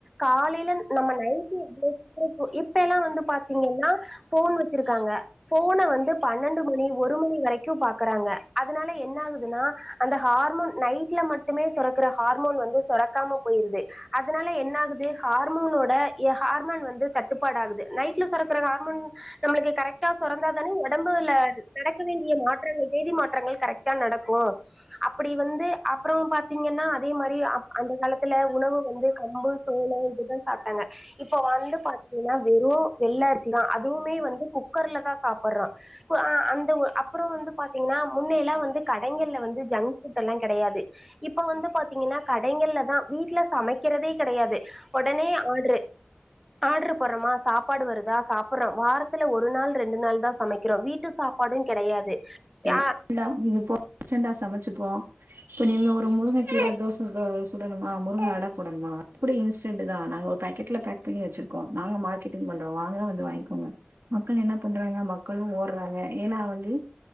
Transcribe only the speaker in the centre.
காலையில நம்ம நைட்டு எவ்ளோ சீக்கிர தூங் இப்ப எல்லா வந்து பாத்தீங்கன்னா போன் வச்சிருக்காங்க போன வந்து பன்னெண்டு மணி ஒரு மணி வரைக்கு பாக்குறாங்க அதனால என்ன ஆகுதுன்னா அந்த ஹார்மோன் நைட்ல மட்டுமே சுரக்குற ஹார்மோன் வந்து சுரக்காம போயிருது அதனால என்ன ஆகுது ஹார்மோனோட எ ஹார்மோன் வந்து தட்டுப்பாடு ஆகுது நைட்ல சுரக்குற ஹார்மோன் நம்மளுக்கு கரெக்ட்டா சுரந்தா தானே ஒடம்புல நடக்க வேண்டிய மாற்றங்கள் வேதி மாற்றங்கள் கரெக்டா நடக்கு அப்டி வந்து அப்பறம் பாத்தீங்கன்னா அதே மாரி அந்த காலத்துல உணவு வந்து கம்பு சோளம் இதுதா சாப்ட்டாங்க இப்ப வந்து பாத்தீங்கன்னா வெறும் வெள்ளரிசிதா அதுவுமே வந்து குக்கர்ல தா சாப்டுறான் பு அ அந்த ஒ அப்பறம் வந்து பாத்தீங்கன்னா முன்னையெல்லா வந்து கடைகள்ல வந்து ஜங்க் ஃபுட் எல்லா கெடையாது இப்ப வந்து பாத்தீங்கன்னா கடைகள்லதா வீட்டுல சமைக்கிறதே கெடையாது ஒடனே ஆர்டரு ஆர்டரு போடுறோமா சாப்பாடு வருதா சாப்டுறோம் வாரத்துல ஒரு ஒரு நாள் ரெண்டு நாள் தா சமைக்கிறோ வீட்டு சாப்பாடும் கெடையாது
ஆ